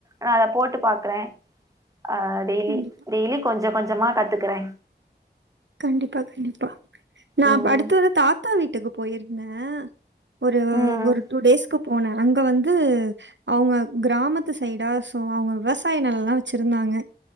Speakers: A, on the right (about 20°); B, on the right (about 80°).
A: நா அதப் போட்டு பாக்றே அ டெய்லி
B: கண்டிப்பா,
A: டெய்லி கொஞ்ச கொஞ்சமா கத்துகுறே
B: கண்டிப்பா கண்டிப்பா நாப்
A: ம்
B: அடுத்து வந்து தாத்தா வீட்டுகு போயிருந்தே ஒரு
A: ம்
B: ஒரு டூ டேஸ்கு போனே அங்க வந்து அவுங்க கிராமத்து சைடா சோ அவுங்க விவசாய நெலலா வெச்சிருந்தாங்க